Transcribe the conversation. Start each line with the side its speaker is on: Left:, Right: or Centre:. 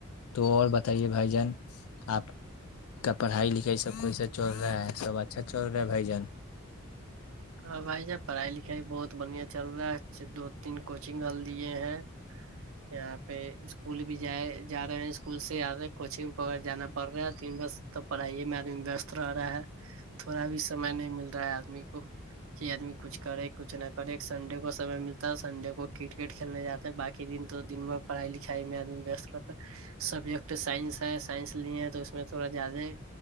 Left: تو اور بتائیے بھائی جان آپ کا پڑھائی لکھائی سب کوئی سے چل رہا ہے سب اچھا چل رہا ہے بھائی جن
Right: ہاں بھائی جان پڑھائی لکھائی بہت بڑھیا چل رہا ہے دو تین کوچنگ ال دیے ہیں ہ <inaudible> یہاں پہ اسکول بھی جائے جا رہے ہیں اسکول سے آے کوچنگ ویرہ جانا پڑ رہا ہے تین بس تو پڑھائیے میں آدمی وست رہ رہا ہے تھوڑا بھی سمے نہیں مل رہا ہے آدمی کو کہ آدمی کچھ کرے کچھ نہ کرے سنڈے کو سمے ملتا ہے سنڈے کو کرکٹ کھیلنے جاتا باقی دن تو دن بھر پڑھائی لکھائی میں آد وست رہتا ہے سبجیکٹ سائنس ہے سائنس نہیں ہے تو اس میں تھوڑا زیادہ